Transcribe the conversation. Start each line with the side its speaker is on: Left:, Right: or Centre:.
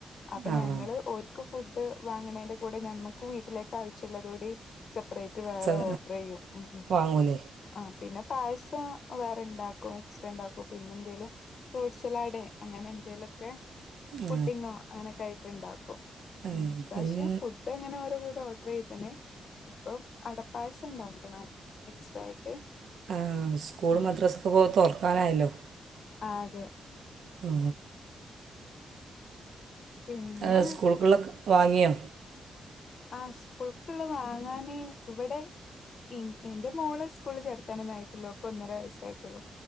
Left: അപ്പൊ
Right: ആ
Left: ഞങ്ങള്
Right: ആ
Left: ഓർക്കും ഫുഡ് വാങ്ങണേന്റെ കൂടെ ഞമ്മുക്ക് വീട്ടിലേക്ക് ആവശ്യമുള്ളത് കൂടി സെ പ്പറേറ്റ് വേറെ
Right: സ
Left: ഓർഡർ ചെയ്യും ഉം ഉം
Right: വാങ്ങൂലേ
Left: ആ പിന്നെ പായസം വേറെണ്ടാക്കും എക്സ്ട്രാണ്ടാക്കും പിന്നെ എന്തേലും ഫ്രൂട്ട്സലാഡ് അങ്ങനെ എന്തെലുമൊക്കെ
Right: ആ
Left: പുഡ്ഡിങ്ങോ അങ്ങനെ കഴി ഉണ്ടാക്കും
Right: ആ,
Left: ഉം ഇപ്രാവശ്യം
Right: ഇപ്പം ഇനി
Left: ഫുഡ് അങ്ങനെ ഓരോ <unintelligible> പ്പൊ ഓഡർ ചെയ്തെതന്നെ ഇപ്പൊ അടപ്പായസം ഉണ്ടാക്കണം എക്സ്ട്രാ ആയിട്ട്
Right: ആ സ്കൂൾ
Left: ആ
Right: മദ്രാസ്ക്ക് പോക തൊറക്കാനായല്ലോ
Left: ആ അതെ
Right: ആ
Left: പിന്നെ
Right: ഹെ സ്കൂൾക്ള്ളൊക് വാങ്ങിയോ
Left: ആ സ്കൂൾക്ള്ള് വാങ്ങാനേ ഇവിടെ ഇ എന്റെ മോളെ സ്കൂള് ചേർത്താനൊന്ന ആായിട്ടില്ലോ ഓൾക് ഒന്നര വയസ്സായിട്ടുള്ളൂ